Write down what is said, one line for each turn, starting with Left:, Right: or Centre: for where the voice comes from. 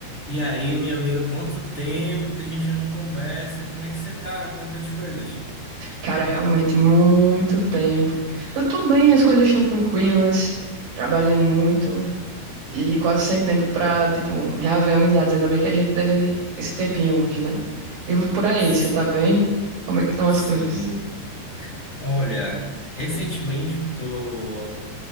Left: E aí, minha amiga, quanto tempo que a gente não conversa? Como é que você tá? Como é que estão as coisas?
Right: Cara, realmente muito tempo. Eu tô bem, as coisas estão tranquilas, trabalhando muito e quase sem tempo pra, tipo, reaver amizades. Ainda bem que a gente teve esse tempinho hoje, né? E
Left: Ah,
Right: por aí,
Left: sim.
Right: você tá bem? Como é que estão as
Left: Sim.
Right: coisas?
Left: Olha, recentemente eu tô